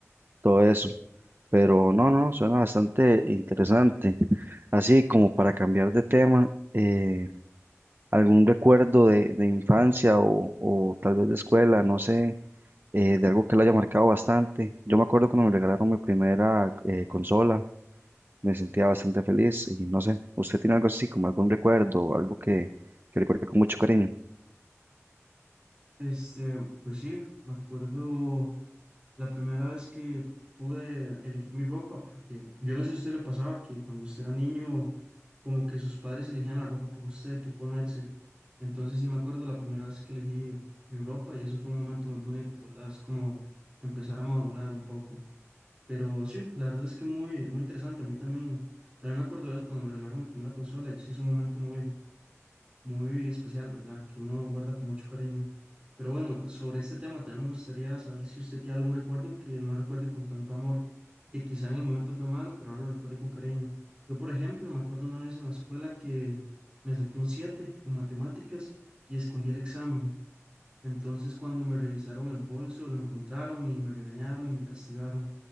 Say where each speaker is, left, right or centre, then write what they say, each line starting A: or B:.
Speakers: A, on the right; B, on the right.
A: todo eso. Pero no, no, suena bastante interesante. Así como para cambiar de tema, eh, algún recuerdo de, de infancia o, o tal vez de escuela, no sé, eh, de algo que le haya marcado bastante. Yo me acuerdo cuando me regalaron mi primera eh, consola, me sentía bastante feliz y no sé, ¿usted tiene algo así como algún recuerdo, algo que, que recuerde con mucho cariño?
B: Este, pues sí, me acuerdo la primera vez que pude elegir mi ropa, porque yo no sé si a usted le pasaba que cuando usted era niño como que sus padres elegían la ropa por usted, qué ponerse. Entonces sí me acuerdo la primera vez que elegí mi ropa y eso fue un momento muy bonito, ¿verdad? Es como empezar a madurar un poco. Pero sí, la verdad es que muy, muy interesante. A mí también, también me acuerdo de eso cuando me regalaron mi primera consola y sí es un momento muy muy especial, ¿verdad? Que uno guarda con mucho cariño. Pero bueno, sobre este tema también me gustaría saber si usted tiene algún recuerdo que no recuerde con tanto amor, que quizá en el momento fue malo, pero ahora lo recuerde con cariño. Yo, por ejemplo, me acuerdo una vez en la escuela que me saqué un 7 en matemáticas y escondí el examen. Entonces, cuando me revisaron el bolso, lo encontraron y me regañaron y me castigaron.